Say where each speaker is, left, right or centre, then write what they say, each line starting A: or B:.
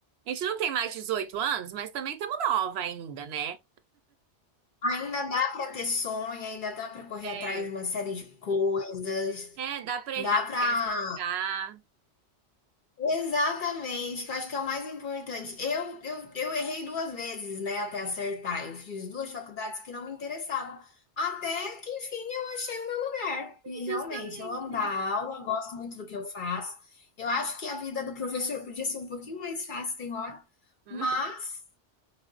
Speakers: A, on the right; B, on the left.
A: a gente não tem mais 18 anos, mas também estamos nova ainda, né?
B: Ainda dá para ter sonho, ainda dá para correr
A: É.
B: atrás de uma série de coisas,
A: É, dá pra
B: dá
A: errar,
B: para
A: é assim que dá.
B: Exatamente, que eu acho que é o mais importante. Eu, eu, eu errei duas vezes, né, até acertar. Eu fiz duas faculdades que não me interessavam. Até que, enfim, eu achei o meu lugar. E realmente,
A: Justamente.
B: eu amo dar aula, gosto muito do que eu faço. Eu acho que a vida do professor podia ser um pouquinho mais fácil, tem hora,
A: Hum.
B: mas